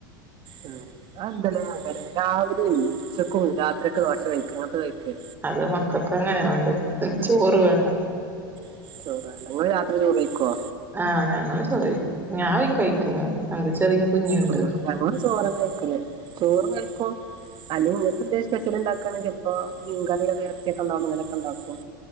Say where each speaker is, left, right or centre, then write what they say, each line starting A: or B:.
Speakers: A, on the right; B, on the right.
A: ഉം ആഹ് എന്തല്ലേ അങ്ങനെ രാവിലെയും ഉച്ചക്കും രാത്രിയൊക്കെ ദോശ കഴിക്ക് അങ്ങനത്തെ കഴിക്കേ
B: അത് മക്കൾക്ക് അങ്ങനെയാ വേണ്ടത് ചോറ് വേണ്ട
A: <inaudible> <unintelligible> രാത്രി ചോറ് കഴിക്കോ
B: ആഹ് ഞങ്ങള് ചോറ് കഴിക്കും ഞാ കഴിക്കൂല എൻ്റെ ചെറിയ കുഞ്ഞുണ്ട്
A: ചോറ് ഞങ്ങള് ചോറ്ന്ന കഴിക്കല് ചോറ് കഴിക്കോ അല്ല ഇങ്ങനത്തെ ഈ സ്പെഷ്യൽ ഇണ്ടാക്കണങ്കിൽ ചെൽപ്പോ മീൻകറിയോ ഇറച്ചിക്കെ ഇണ്ടാവുമ്പോ അങ്ങനെൊക്കെ ഉണ്ടാക്കും.